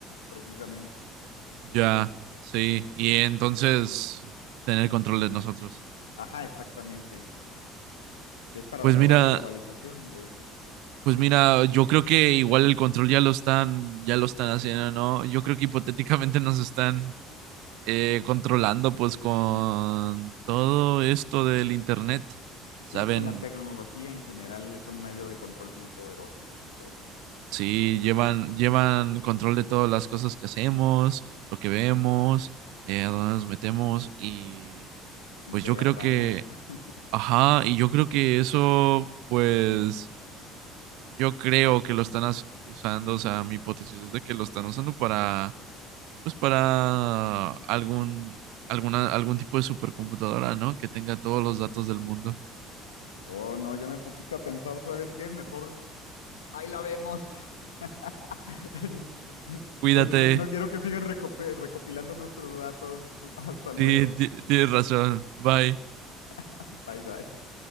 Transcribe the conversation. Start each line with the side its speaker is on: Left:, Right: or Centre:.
Left: precisamente.
Right: Ya, sí, y entonces tener control de nosotros.
Left: Ajá, exactamente. Que es para
Right: Pues
Left: donde
Right: mira,
Left: va la globalización, de hecho.
Right: Pues mira, yo creo que igual el control ya lo están, ya lo están haciendo, ¿no? Yo creo que hipotéticamente nos están eh, controlando, pues, con todo esto del internet. Saben,
Left: Sí, con la tecnología en general es un medio de control muy poderoso, por supuesto.
Right: sí, llevan, llevan control de todas las cosas que hacemos, lo que vemos, eh, a dónde nos metemos, y
Left: ¿En
Right: pues
Left: qué
Right: yo
Left: gastamos?
Right: creo que,
Left: <laughs>
Right: ajá, y yo creo que eso, pues, yo creo que lo están as- usando, o sea, mi hipótesis es de que lo están usando para pues para algún, alguna, algún tipo de supercomputadora, ¿no? Que tenga todos los datos del mundo.
Left: Oh, no, ya me pusiste a pensar, ¿sabes qué? Mejor ahí la vemos. <laughs>
Right: Cuídate.
Left: No, no- no quiero que sigan recopi- recopilando nuestros datos. Hasta luego.
Right: Sí, ti- tienes razón. Bye.
Left: <laughs> Bye bye.